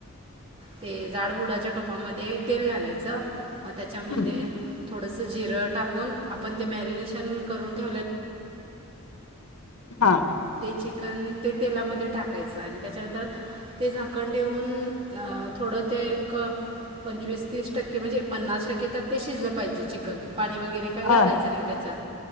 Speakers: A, on the right; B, on the left.
A: ते जाडबुडाच्या टोपामध्ये तेल घालायचं च मग त्याच्यामध्ये
B: हम्म
A: थोडंसं जिरं टाकून आपण ते मॅरिनेशन करून ठेवलं
B: हा
A: ते चिकन ते तेलामध्ये टाकायचं आणि त्याच्यानंतर ते झाकण ठेवून थोडं ते एक पंचवीस तीस टक्के म्हणजे पन्नास टक्के तर ते शिजलं पाहिजे चिकन पाणी वगैरे काही घालायचं
B: हां
A: नाही त्याच्यात